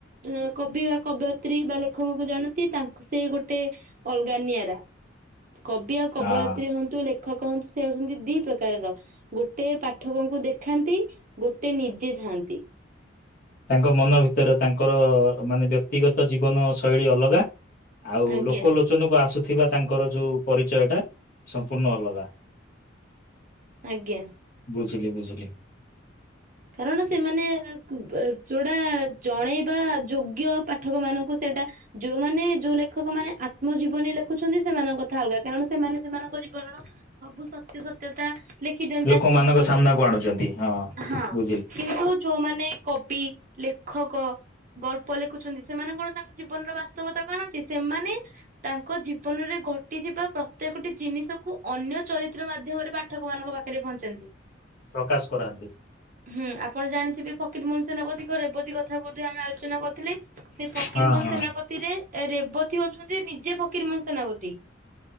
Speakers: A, on the right (about 40°); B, on the left (about 45°).
A: ହ କବି ବା କବୟିତ୍ରୀ ବା ଲେଖକଙ୍କୁ ଜାଣନ୍ତି ତାଙ୍କୁ ସେ ଗୋଟେ ଅଲଗାନିଆରା କବି ଆଉ କବୟତିତ୍ରୀ
B: ହଁ
A: ହୁଅନ୍ତୁ ଲେ ଖ କହନ୍ତି ସେ ହୋଉଛନ୍ତି ଦି ପ୍ରକାରର। ଗୋଟେ ପାଠକଙ୍କୁ ଦେଖାନ୍ତି ଗୋଟେ ନିଜେ ଥାଆନ୍ତି।
B: ତାଙ୍କ ମନ ଭିତରେ ତାଙ୍କର ମାନେ ବ୍ୟକ୍ତିଗତ ଜୀବନ ଶୈଳୀ ଅଲଗା। ଆଉ
A: ଆଜ୍ଞା
B: ଲୋକ ଲୋଚନ କୁ ଆସୁ ଥିବା ତାଙ୍କର ଯୋଉ ପରିଚୟଟା ସମ୍ପୂର୍ଣ୍ଣ ଅଲଗା।
A: ଆଜ୍ଞା।
B: ବୁଝିଲି ବୁଝିଲି।
A: କାରଣ ସେମାନେ ଆ କୁ ବ ଯୋଉଟା ଜଣେଇବା ଯୋଗ୍ୟ ପାଠକମାନଙ୍କୁ ସେଇଟା ଯୋଉମାନେ ଯୋଉ ଲେଖକମାନେ ଆତ୍ମ ଜୀବନୀ ଲେଖୁଛନ୍ତି ସେମାନଙ୍କ କଥା ଅଲଗା କାରଣ ସେମାନେ ସେମାନଙ୍କ ଜୀବନର ସବୁ ସତ୍ୟ ସତ୍ୟତା ଲେଖି ଦିଅନ୍ତି
B: ଲୋକମାନାନଙ୍କ
A: ଆତ୍ମଜୀବନରେ
B: ସାମ୍ନାକୁ ଆଣୁଚନ୍ତି। ହଁ।
A: ହଁ
B: ବୁ
A: କିନ୍ତୁ ଯୋଉମାନେ କବି ଲେଖକ ଗଳ୍ପ ଲେଖୁଛନ୍ତି ସେମାନେ କଣ ତାଙ୍କ ଜୀବନର ବାସ୍ତବତାକୁ ଆଣନ୍ତି? ସେମାନେ ତାଙ୍କ ଜୀବନରେ ଘଟିଥିବା ପ୍ରତ୍ୟେକଟି ଜିନିଷକୁ ଅନ୍ୟ ଚରିତ୍ର ମାଧ୍ୟମରେ ପାଠକମାନଙ୍କ ପାଖରେ ପହଞ୍ଚାନ୍ତି।
B: ପ୍ରକାଶ କରାନ୍ତି।
A: ହୁଁ ଆପଣ ଜାଣିଥିବେ ଫକୀର ମୋହନ ସେନାପତିକ ରେବତୀ ଗ କଥା ବୋଧ ହୁଏ ଆମେ ଆଲୋଚନା କରିଥିଲେ ସେଇ ଫକୀର
B: ହଁ
A: ମୋହନ
B: ହଁ
A: ସେନାପତିରେ ଏ ରେବତୀ ହୋଉଛନ୍ତି ନିଜେ ଫକୀରମହନ ସେନାପତି।